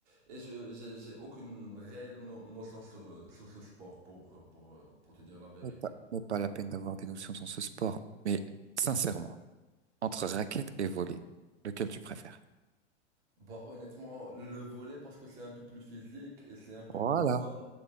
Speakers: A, on the right; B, on the right.
A: et je, j'ai, j'ai aucune réelle no- notion sur, euh, sur ce sport pour, euh, pour, euh, pour te dire la vérité.
B: mais pas, mais pas la peine d'avoir des notions dans ce sport. Mais sincèrement, entre raquette et volet, lequel tu préfères?
A: Bah, honnêtement, le volley parce que c'est un peu plus physique et c'est un peu
B: Voilà,
A: plus fun,